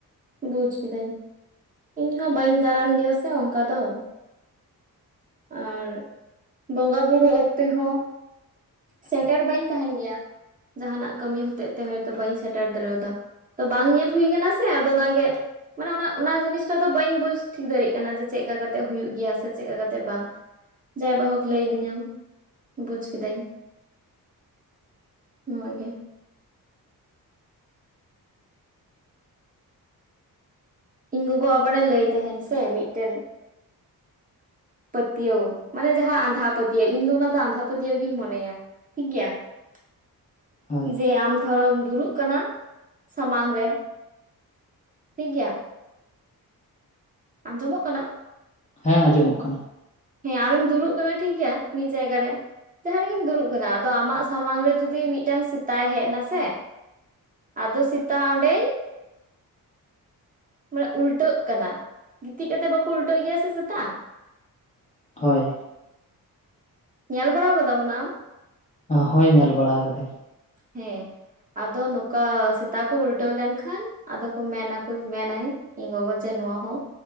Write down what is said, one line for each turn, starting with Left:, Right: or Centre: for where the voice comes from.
Right: ᱵᱩᱡ ᱠᱤᱫᱟᱹᱧ ᱾ ᱤᱧ ᱦᱚᱸ ᱵᱟᱹᱧ ᱫᱟᱬᱟᱱ ᱜᱮᱭᱟ ᱥᱮ ᱚᱱᱠᱟ ᱫᱚ᱾ ᱟᱨ ᱵᱚᱸᱜᱟ ᱵᱩᱨᱩ ᱚᱠᱛᱮ ᱦᱚᱸ ᱥᱮᱴᱮᱨ ᱵᱟᱹᱧ ᱛᱟᱦᱮᱱ ᱜᱮᱭᱟ᱾ ᱡᱟᱦᱟᱱᱟᱜ ᱠᱟᱹᱢᱤ ᱦᱚᱛᱮᱛᱮ ᱦᱚᱭᱛᱚ ᱵᱟᱹᱧ ᱥᱮᱴᱮᱨ ᱫᱟᱲᱮᱭᱟ ᱫᱟ᱾ ᱛᱚ ᱵᱟᱝ ᱧᱮᱞ ᱦᱩᱭ ᱠᱟᱱᱟ ᱥᱮ ᱟᱫᱚ ᱚᱱᱟᱜᱮ ᱢᱟᱱᱮ ᱚᱱᱟ ᱡᱤᱱᱤᱥᱴᱟ ᱫᱚ ᱵᱟᱹᱧ ᱵᱩᱡᱽ ᱴᱷᱤᱠ ᱫᱟᱲᱮᱭᱟᱜ ᱠᱟᱱᱟ᱾ ᱡᱮ ᱪᱮᱫ ᱠᱟ ᱠᱟᱛᱮᱜ ᱦᱩᱭᱩᱜ ᱜᱮᱭᱟ ᱥᱮ ᱪᱮᱫ ᱠᱟ ᱠᱟᱛᱮᱜ ᱵᱟᱝ᱾ ᱡᱟᱭ ᱵᱟ ᱦᱳᱠ ᱞᱟᱹᱭ ᱟᱫᱤᱧᱟᱢ ᱵᱩᱡ ᱠᱤᱫᱟᱹᱧ ᱱᱚᱣᱟ ᱜᱮ᱾ ᱤᱧ ᱜᱚᱜᱚ ᱟᱵᱟᱨᱮ ᱞᱟᱹᱭ ᱛᱟᱦᱮᱱ ᱥᱮ ᱢᱤᱫᱴᱮᱱ ᱯᱟᱹᱛᱭᱟᱹᱣ, ᱢᱟᱱᱮ ᱡᱟᱦᱟᱸ ᱟᱸᱫᱷᱟ ᱯᱟᱹᱛᱭᱟᱹᱣ, ᱤᱧ ᱫᱚ ᱚᱱᱟ ᱫᱚ ᱟᱸᱫᱷᱟ ᱯᱟᱹᱛᱭᱟᱹᱣ ᱜᱤᱧ ᱢᱚᱱᱮᱭᱟ᱾ ᱴᱷᱤᱠ ᱜᱮᱭᱟ ᱾
Left: ᱦᱳᱭ
Right: ᱡᱮ ᱟᱢ ᱫᱷᱚᱨᱚᱢ <unintelligible> ᱫᱩᱲᱩᱵ ᱠᱟᱱᱟ ᱥᱟᱢᱟᱝ ᱨᱮ᱾ ᱴᱷᱤᱠ ᱜᱮᱭᱟ ᱟᱸᱡᱚᱢᱚᱜ ᱠᱟᱱᱟ?
Left: ᱦᱮᱸ ᱟᱸᱡᱚᱢᱚᱜ ᱠᱟᱱᱟ
Right: ᱦᱮᱸ ᱟᱢᱮᱢ ᱫᱩᱲᱩᱵ ᱠᱟᱱᱟ ᱴᱷᱤᱠ ᱜᱮᱭᱟ᱾ ᱢᱤᱫ ᱡᱟᱭᱜᱟ ᱨᱮ᱾ ᱡᱟᱦᱟᱸ ᱨᱮᱜᱮᱢ ᱫᱩᱲᱩᱵ ᱠᱟᱱᱟ᱾ ᱟᱫᱚ ᱟᱢᱟᱜ ᱥᱟᱢᱟᱝ ᱨᱮ ᱡᱩᱫᱤ ᱢᱤᱫᱴᱟᱝ ᱥᱮᱛᱟᱭ ᱦᱮᱡ ᱱᱟ ᱥᱮ᱾ ᱟᱫᱚ ᱥᱮᱛᱟ ᱚᱸᱰᱮᱭ ᱢᱟᱱᱮ ᱩᱞᱴᱟᱹᱜ ᱠᱟᱱᱟ ᱾ ᱜᱤᱛᱤᱡ ᱠᱟᱛᱮ ᱵᱟᱠᱚ ᱩᱞᱴᱟᱹᱜ ᱜᱮᱭᱟ ᱥᱮ ᱥᱮᱛᱟ?
Left: ᱦᱳᱭ
Right: ᱧᱮᱞ ᱵᱟᱲᱟ ᱠᱟᱫᱟᱢ ᱚᱱᱟ ᱟᱢ?
Left: ᱦᱳᱭ ᱧᱮᱞ ᱵᱟᱲᱟ ᱠᱟᱫᱟᱹᱧ᱾
Right: ᱦᱮᱸ, ᱟᱫᱚ ᱱᱚᱠᱟ ᱥᱮᱛᱟ ᱠᱚ ᱩᱞᱴᱟᱹᱣ ᱞᱮᱱᱠᱷᱟᱱ ᱟᱫᱚ ᱠᱚ ᱢᱮᱱᱟ ᱠᱚ, ᱢᱮᱱᱟᱭ ᱤᱧ ᱜᱚᱜᱚ ᱡᱮ ᱱᱚᱣᱟ ᱦᱚᱸ,